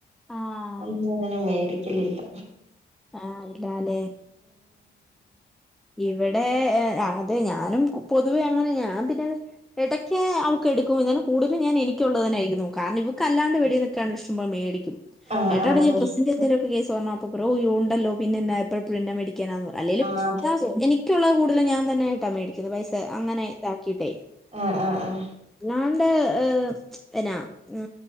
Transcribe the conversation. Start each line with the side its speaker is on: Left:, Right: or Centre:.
Centre: ആഹ്
Right: <unintelligible> പിടിക്കലില്ല
Centre: ഹ ആയി ല്ലാല്ലേ ഇവിടെ അതെ ഞാനും പൊതുവേ അങ്ങനെ ഞാൻ പിന്നെ ഇടയ്ക്ക് അവക്ക് എടുക്കും എന്നാലും കൂടുതൽ ഞാൻ എനിക്കുള്ളതിനായിരുന്നു കാരണം ഇവക്കല്ലാണ്ട് വെളിയിനിന്ന് ഇഷ്ടം പോലെ മേടിക്കും
Right: ആഹ്
Centre: ഏട്ടനോട്
Right: ആഹ് ആഹ്
Centre: ഞാൻ ഡ്രസ്സിന്റെ വേല്ല കേസ് <inaudible> ഉണ്ടല്ലോ പിന്നെ എന്തിനാ എപ്പ എഴെ മേടി. ആന്ന് പറ അല്ലെലും
Right: ആഹ് അത്
Centre: എനിക്ക് ള്ളത് കൂടുതൽ ഞൻ തന്നായിട്ടാ മേടി പൈസ അങ്ങനെ ഇതാക്കിട്ടെ
Right: ആഹ് ആഹ് ആഹ്
Centre: നാ ണ്ട് പിന്നെ ഉ